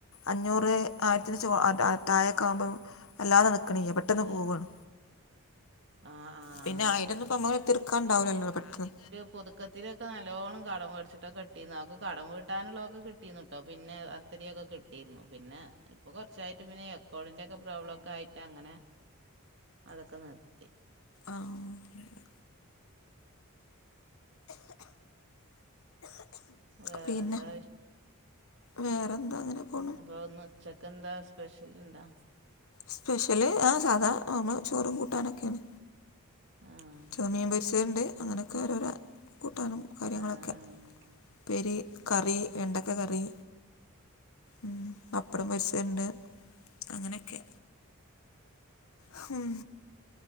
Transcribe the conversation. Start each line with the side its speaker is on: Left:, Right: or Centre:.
Left: അഞ്ഞൂറ് ആയിരത്തിന് <unintelligible> താഴൊക്കമ്പം എല്ലാ നടക്കണിയാ പെട്ടന്ന്
Right: അതെ
Left: പോവാണ്
Right: ആ ആ
Left: പിന്നെ
Right: അതുണ്ട്
Left: ആയിരോന്നും ഇപ്പമ്മള് തീർക്കാണ്ടാവില്ലല്ലോ പെട്ടെന്ന്
Right: പൊതുക്കത്തിലൊക്കെ നല്ലോണ്ണം കടം മേടിച്ചിട്ടാ കെട്ടിന്ന് അവക്ക് കടം വീട്ടാനുള്ളതൊക്കെ കിട്ടിനെട്ടോ പിന്നെ ഒത്തിരിയൊക്കെ കിട്ടിന്നു പിന്നെ ഇപ്പോ കൊറച്ചായിട്ട് പിന്നെ എക്കൗണ്ടിൻ്റെയൊക്കെ പ്രോബ്ലക്കെ ആയിട്ട് അങ്ങനെ അതൊക്കെ നിർ ത്തി
Left: ആഹ് <unintelligible>
Right: വേറെന്താ
Left: പിന്നെ വേറെന്താ അങ്ങനെ പോ
Right: അപ്പോ ഇന്ന് ഉച്ചക്ക് എന്താ സ്പെഷ്യല് ഇണ്ടാ
Left: സ്പെഷ്യല് ആഹ് സാധാ നമ്മള ചോറും കൂട്ടാനൊക്കെയാണ്
Right: ആഹ്
Left: ചുമ്മിൻ പൊറിച്ചത്ണ്ട് അങ്ങനെക്കെ ഓരോര കൂട്ടാനും കാര്യങ്ങളൊക്കെ
Right: ആഹ് ആഹ്
Left: ഉപ്പേരി കറി വെണ്ടക്ക കറി ഉം പപ്പടം പെരിച്ചത്ണ്ട് അങ്ങനെക്കെ ഹും